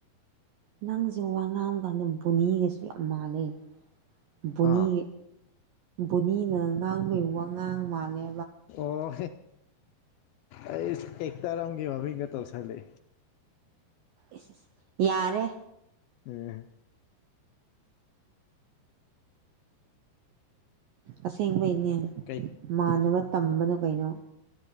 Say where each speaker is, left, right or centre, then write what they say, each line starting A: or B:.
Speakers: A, on the right (about 80°); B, on the left (about 80°).
A: ꯅꯪꯁꯦ ꯋꯥ ꯉꯥꯡ ꯀꯥꯟꯗ ꯕꯨꯅꯤꯒꯁꯨ ꯌꯥꯝ ꯃꯥꯜꯂꯦ ꯕꯣꯅꯤ
B: ꯍꯥ
A: ꯕꯣꯅꯤꯅ ꯉꯥꯡꯕꯩ ꯋꯥ ꯉꯥꯡ ꯃꯥꯜꯂꯦ
B: ꯑꯣ ꯑꯩꯁ ꯑꯦꯛꯇꯔ ꯑꯃꯒꯤ ꯃꯃꯤꯡꯒ ꯇꯧꯁꯜꯂꯦ
A: ꯏꯁ ꯌꯥꯔꯦ
B: ꯎꯝ
A: ꯑꯁꯦꯡꯕꯩꯅꯦ
B: ꯀꯩ
A: ꯃꯥꯟꯅꯕ ꯇꯝꯕꯗꯣ ꯀꯩꯅꯣ